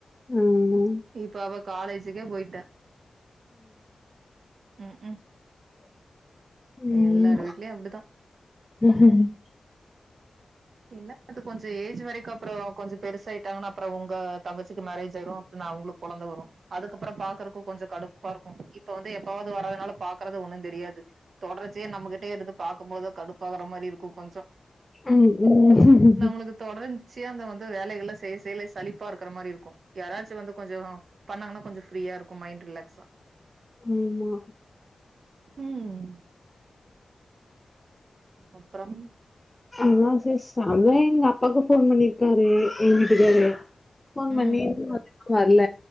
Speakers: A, on the left; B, on the right.
A: ம்
B: இப்ப அவ காலேஜுகே போயிட்டா ம் ம்
A: உம்
B: எல்லார் வீட்லயு அப்டிதா
A: உம்
B: என்ன அது கொஞ்ச ஏஜ் வரைக்கு அப் அப்ற கொஞ்ச பெருசாயிட்டாங்கனா அப்ற ஒங்க தங்கச்சிக்கு மேரேஜ் ஆயிரு பின்ன அவுங்ளுக் கொழந்த வரு அதுக்கப்ற பாக்றக்கு கொஞ்ச கடுப்பாருக்கு இப்ப வந்து எப்பாவது வராதுனால பாக்குறது ஒன்னுந் தெரியாது தொடர் ச்சியா நம்மகிட்டே இருந்து பாக்கும் போதுதா கடுப்பாகற மாறி இருக்கு கொஞ்ச
A: ம் ம்
B: நம்மளுக்கு தொடர்ந்ச்சு சியா அந்த வந்து வேலைகள்லா செய் செய்யலே சலிப்பா இருக்கிற மாறி இருக்கு யாராச்சு வந்து கொஞ்ச பண்ணாங்கனா கொஞ்ச ஃப்ரீயா இருக்கு மைண்ட் ரிலேக்ஸா
A: ஆமா
B: உம் அப்றம்
A: அதா சே செமே எங்க அப்பாக்கு ஃபோன் பண்ணிருக்காரு எங்க வீட்டுக்காரு ஃபோன்
B: ம்
A: பண்ணி வர்ல